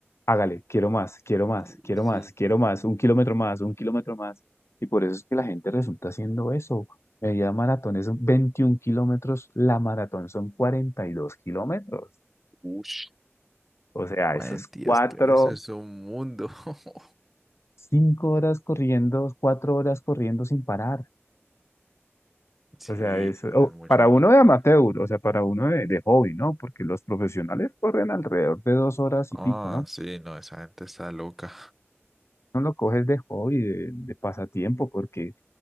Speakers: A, on the left (about 70°); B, in the centre.
A: hágale, quiero más, quiero más,
B: Eh,
A: quiero
B: Sí,
A: más, quiero
B: sí,
A: más,
B: sí.
A: un kilómetro más, un kilómetro más. Y por eso es que la gente resulta haciendo eso. Media maratón es 21 kilómetros, la maratón son 42 kilómetros.
B: Ush.
A: O sea,
B: Bueno,
A: eso es
B: Dios,
A: cuatro,
B: que eso es un mundo. <laughs>
A: cinco horas corriendo, cuatro horas corriendo sin parar.
B: Sí,
A: O sea, eso,
B: sí, eso
A: o
B: es mucho
A: para uno
B: tiempo.
A: de amateur, o sea, para uno de, de hobby, ¿no? Porque los profesionales corren alrededor de dos horas
B: Ah,
A: y pico, ¿no?
B: sí, no, esa gente está loca.
A: no lo coges de hobby, de, de pasatiempo, porque